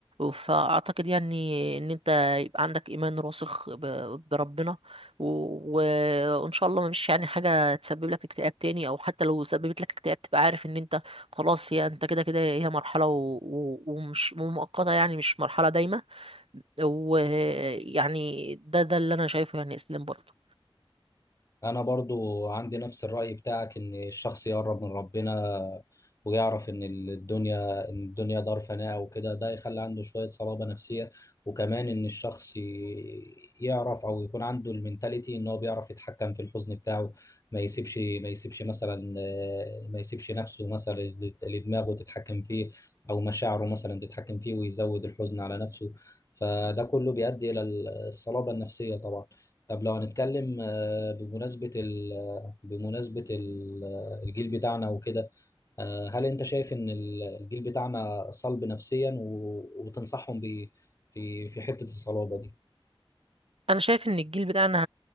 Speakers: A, on the right (about 85°); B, on the left (about 35°).
A: فاعتقد يعني ان انت يبقى عندك ايمان راسخ ب- بربنا و- و- وان شاء الله مش يعني حاجه تسبب لك اكتئاب تاني او حتى لو سببت لك اكتئاب تبقى عارف ان انت خلاص هي انت كده كده هي مرحلة و... و... ومش ومؤقتة يعني مش مرحلة دايمة ويعني ده ده اللي انا شايفه يعني اسلام برضه
B: أنا برضو عندي نفس الرأي بتاعك إن الشخص يقرب من ربنا ويعرف إن الدنيا إن الدنيا دار فناء وكده ده يخلي عنده شوية صلابة نفسية وكمان إن الشخص ي- يعرف أو يكون عنده المنتاليتي إن هو بيعرف يتحكم في الحزن بتاعه ما يسيبش ما يسيبش مثلا آه، ما يسيبش نفسه مثلا لد- لدماغه تتحكم فيه أو مشاعره مثلا تتحكم فيه ويزود الحزن على نفسه فده كله بيؤدي إلى الصلابة النفسية طبعا طب لو هنتكلم بمناسبة ال بمناسبة ال الجيل بتاعنا وكده آه، هل أنت شايف إن ال- الجيل بتاعنا صلب نفسيا و- وتنصحهم بإيه في في حتة الصلابة دي؟
A: انا شايف ان الجيل بتاعنا